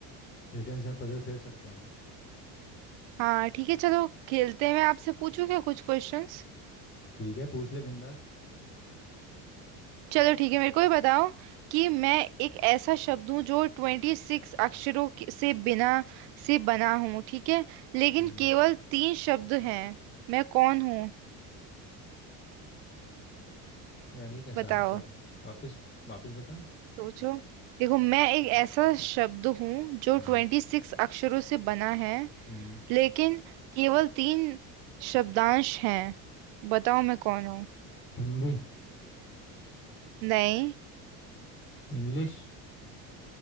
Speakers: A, on the left; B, on the right.
A: रिडल्स एंड पजल खेल सकते हैं हम
B: हाँ ठीक है चलो खेलते हैं मैं आपसे पूछूं क्या कुछ क्वेश्चंस
A: ठीक है पूछ ले बिंदास
B: चलो ठीक है मेरे को ये बताओ कि मैं एक ऐसा शब्द हूँ जो ट्वेंटी सिक्स अक्षरों के- से बिना से बना हूँ ठीक है लेकिन
A: हम्म
B: केवल तीन शब्द हैं मैं कौन हूँ
A: यार ये कैसा
B: बताओ
A: आंसर है वापस वापस बता
B: सोचो देखो मैं एक ऐसा शब्द हूँ जो
A: हम्म
B: ट्वेंटी सिक्स अक्षरों से बना है
A: हम्म
B: लेकिन केवल तीन शब्दांश हैं बताओ मैं कौन हूँ
A: हिंदी
B: नहीं
A: इंग्लिश